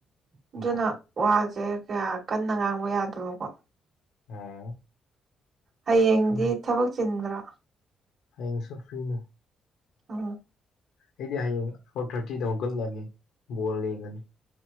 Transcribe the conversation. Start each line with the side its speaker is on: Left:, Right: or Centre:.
Right: ꯑꯗꯨꯅ
Left: ꯑꯣ
Right: ꯋꯥꯁꯦ ꯀꯌꯥ ꯀꯟꯅ ꯉꯥꯡꯕ ꯌꯥꯗꯕꯀꯣ
Left: ꯑꯣ
Right: ꯍꯌꯦꯡꯗꯤ
Left: ꯍꯌꯦꯡ
Right: ꯊꯕꯛ ꯆꯤꯟꯕ꯭ꯔꯥ
Left: ꯍꯌꯦꯡꯁꯨ ꯐ꯭ꯔꯤꯅꯤ
Right: ꯑꯣ
Left: ꯑꯩꯗꯤ ꯍꯌꯦꯡ ꯐꯣꯔ ꯊꯥꯔꯇꯤꯗ ꯍꯧꯒꯠꯂꯅꯤ ꯕꯣꯜ ꯌꯦꯡꯉꯅꯤ